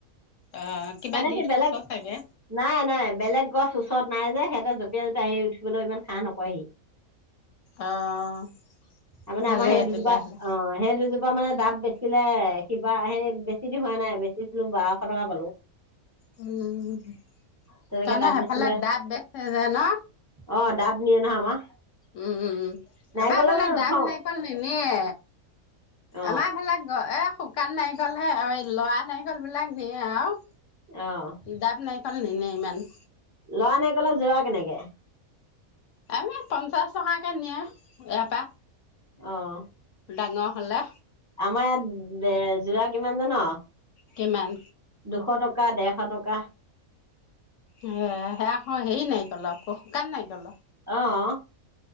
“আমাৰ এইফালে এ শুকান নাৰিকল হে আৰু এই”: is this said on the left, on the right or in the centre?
Left